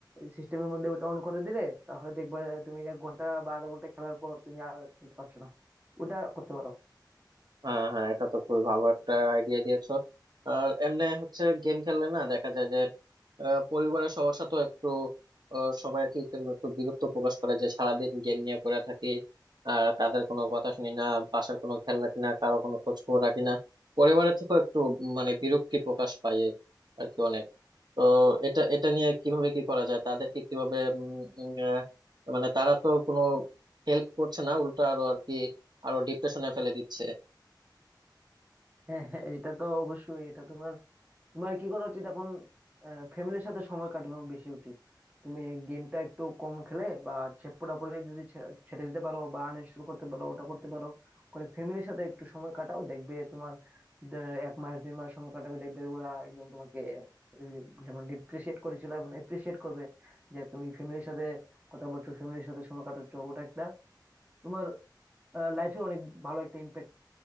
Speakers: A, on the right (about 20°); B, on the right (about 65°).
A: সিস্টেমের মধ্যে ওটা অন করে দিলে তাহলে দেখবে তুমি এক ঘন্টা বা আধা ঘন্টা খেলার পর তুমি আর খেলতে পারছো না ওটা করতে পারো
B: হ্যাঁ হ্যাঁ এটা তো খুবই ভালো একটা আইডিয়া দিয়েছো আর এমনি হচ্ছে গেম খেললে না দেখা যায় যে আহ, পরিবারের সবার সাথে একটু আহ, সবাই আর কি কেমন একটু বিরক্ত প্রকাশ করে যে সারাদিন গেম নিয়ে পড়ে থাকি আর তাদের কোনো কথা শুনি না বাসার কোনো খেয়াল রাখি না কারো কোনো খোঁজ খবর রাখি না পরিবারের থেকেও একটু উম, মানে বিরক্তি প্রকাশ পাই এই আর কি অনেক তো এটা এটা নিয়ে কিভাবে কি করা যায় তাদেরকে কিভাবে উম, উম, আহ, মানে তারা তো কোনো হেল্প করছে না উল্টো আরো আর কি আরো ডিপ্রেশনে ফেলে দিচ্ছে
A: হ্যাঁ হ্যাঁ এটা তো অবশ্যই এটা তোমার তোমার কি করা উচিত এখন ফ্যামিলির সাথে সময় কাটানো বেশি উচিত তুমি গেমটা একটু কম খেলে বা হচ্ছে পুরোপুরি যদি ছে- ছেড়ে দিতে পারো বা আনইনস্টল করতে পারো ওটা করতে পারো করে ফ্যামিলির সাথে একটু সময় কাটাও দেখবে তোমার দে- এক মাস দুই মাস সময় কাটাবে দেখবে ওরা একদম তোমাকে এই, যেমন ডিপ্রিসিয়েট করেছিল এবং এপ্রিসিয়েট করবে যে তুমি ফ্যামিলির সাথে কথা বলছো ফ্যামিলির সাথে সময় কাটাচ্ছ ওটা একটা তোমার লাইফে অনেক ভালো একটা ইম্প্যাক্ট